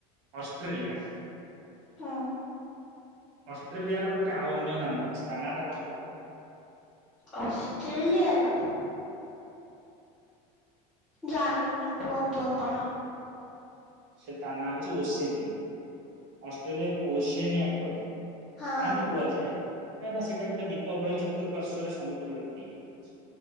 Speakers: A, on the right; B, in the centre.
A: ଅଷ୍ଟ୍ରେଲିଆ
B: ହଁ
A: ଅଷ୍ଟ୍ରେଲିଆର ଗୋଟେ ଆଉ ଅନ୍ୟ ନାମ ଅଛି, ତା ନାଁଟା କଣ।
B: ଅଷ୍ଟ୍ରେଲିଆର ଜାଣିନି କୁହନ୍ତୁ ଆପଣ।
A: ସେ ତା ନାଁ ହଉଛି ଓସେନିଆଁ। ଅଷ୍ଟ୍ରେଲିଆକୁ ଓସେନିଆ କୁହାଯାଏ,
B: ହଁ
A: କାହିଁକି କୁହାଯାଏ? କାହିଁକି ନା ସେଟା ଗୋଟେ ଦୀପ ଭଳି ଚତୁଃପାର୍ଶ୍ୱରେ ସମୁଦ୍ରରେ ଘେର ହେଇ ରହିଛି।